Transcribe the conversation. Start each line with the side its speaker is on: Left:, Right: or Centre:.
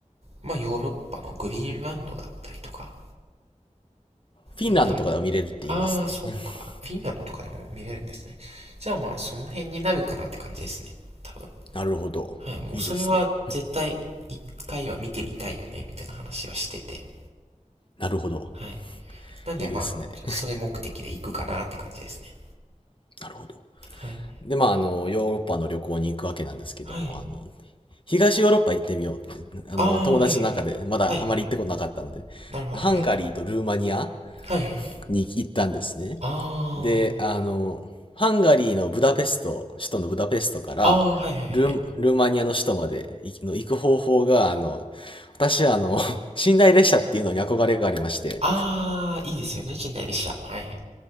Right: まあヨーロッパのグリーンランドだったりとか
Left: フィンランドとかでも見れるって言いますね。
Right: になる。ああ、そっか。
Left: <laughs>
Right: フィンランドとかでも見れるんですね。じゃあまあ、その辺になるかなって感じですね。多分。
Left: なるほど。
Right: はい。もうそれは絶対一回は見てみたいよね、
Left: いいですね。
Right: みたいな話はしてて。
Left: なるほど。
Right: はい。なんでまあ、
Left: いいですね。
Right: それ目的で行くかなって感じですね。
Left: <laughs> なるほど。
Right: はい。
Left: で、まあ、あの、ヨーロッパの旅行に行くわけなんですけども、
Right: はい。
Left: あの、東ヨーロッパ行ってみようって、あの、
Right: ああー、
Left: 友達の中でまだあまり行ったことなかったので、
Right: はいはいはい。はいはいはい。なるほど、
Left: ハンガリーとルーマニア
Right: はいはい。はいはいはい。
Left: に行ったんですね。
Right: あ
Left: で、あの、ハンガリーのブダペスト、首都のブダペストからルー、
Right: あ、ああ、はいはいはいはい。
Left: ルーマニアの首都まで行きの行く方法が、あの、私はあの、<laughs> 寝台列車っていうのに憧れがありまして、
Right: ああ、いいですよね、近代列車。はいはい。